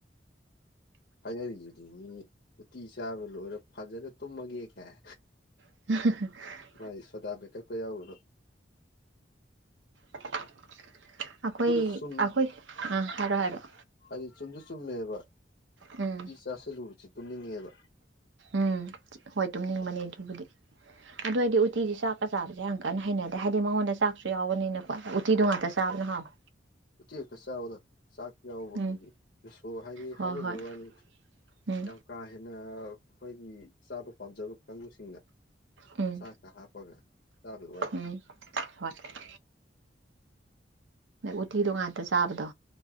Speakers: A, on the left; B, on the right.
A: ꯍꯥꯏꯅꯔꯤꯗꯨꯗꯤ ꯃꯤ ꯎꯇꯤ ꯆꯥꯕ ꯂꯣꯏꯔ ꯐꯖꯅ ꯇꯨꯝꯃꯒꯦ ꯀꯥꯏ꯫
B: <unintelligible>
A: ꯃꯥꯏꯖꯦ ꯁꯣꯗꯕꯩꯀꯞꯀ ꯌꯥꯎꯔꯕꯣ꯫
B: ꯑꯩꯈꯣꯏ
A: ꯑꯗꯨꯒ ꯆꯨꯝ
B: ꯑꯩꯈꯣꯏ ꯑꯥ ꯍꯥꯏꯔꯣ ꯍꯥꯏꯔꯣꯛ꯫
A: ꯍꯥꯏꯗꯤ ꯆꯨꯝꯁꯨ ꯆꯨꯝꯃꯦꯕ꯫
B: ꯎꯝ꯫
A: ꯎꯇꯤ ꯆꯥꯥꯁꯜꯂꯨꯨꯕꯁꯤ ꯇꯨꯝꯅꯤꯡꯉꯦꯕ꯫
B: ꯎꯝ ꯍꯣꯏ ꯇꯨꯝꯅꯤꯡꯕꯅꯤ ꯑꯗꯨꯕꯨꯗꯤ꯫ ꯑꯗꯨ ꯑꯩꯗꯣ ꯎꯇꯤꯖꯦ ꯆꯥꯛꯀ ꯆꯥꯕꯁꯦ ꯌꯥꯝ ꯀꯟꯅ ꯍꯩꯅꯗꯦ ꯍꯥꯏꯗꯤ ꯃꯉꯣꯟꯗ ꯆꯥꯛꯁꯨ ꯌꯥꯎꯕꯅꯤꯅꯀꯣ꯫ ꯎꯇꯤꯗꯣ ꯉꯥꯛꯇ ꯆꯥꯕꯅ ꯍꯥꯎꯏ꯫
A: ꯎꯇꯤ ꯈꯛꯇ ꯆꯥꯕꯗ ꯆꯥꯛ ꯌꯥꯎꯕꯒꯤꯅꯤ
B: ꯎꯝ
A: ꯔꯤꯁꯣ ꯍꯥꯏꯗꯤ
B: ꯍꯣꯏ
A: ꯍꯥꯏꯅꯕꯒꯤ
B: ꯍꯣꯏ
A: ꯋꯥꯅꯤ꯫
B: ꯎꯝ꯫
A: ꯌꯥꯝ ꯀꯥ ꯍꯦꯟꯅ ꯑꯩꯈꯣꯏꯒꯤ ꯆꯥꯕ ꯄꯥꯝꯖꯕ ꯀꯥꯡꯕꯨꯁꯤꯡꯅ
B: ꯎꯝ
A: ꯆꯥꯛꯀ ꯍꯥꯞꯄꯒ ꯆꯥꯕꯩ ꯋꯥꯅꯤ꯫
B: ꯎꯝ ꯍꯣꯏ꯫ ꯎꯇꯤꯗꯣ ꯉꯥꯛꯇ ꯆꯥꯕꯗꯣ꯫